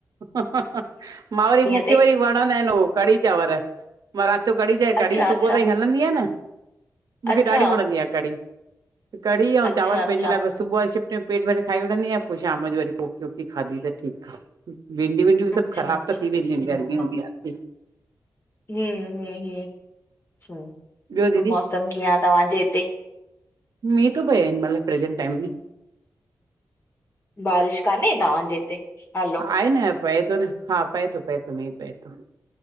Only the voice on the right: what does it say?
हा हा हा हा मा वरी मुखे
वरी वणंदा आहिन उह कढ़ी चांवर। मा रात जो कढी चां कढ़ी
सुबुह ताईं हलंदी आ न मुखे
ॾाढी वणंदी आ कढ़ी। कढ़ी और
चांवर
पंहिंजे लाइ बस। सुबुह जो शिफ्ट में पेट भरे खाई वठंदी आ पो शाम जो वरी कोकी खाधी त ठीक आ, भिंडी-विंडी डी
सभ ख़राब
त थी
वेंदी गर्मियूं बि आहे एतरी।
ॿियो दीदी
मी तो पै हिन मल, प्रेजेंट टाइम बि
आहे न पई तो, न हा पाए तो, पै तो मी पै तो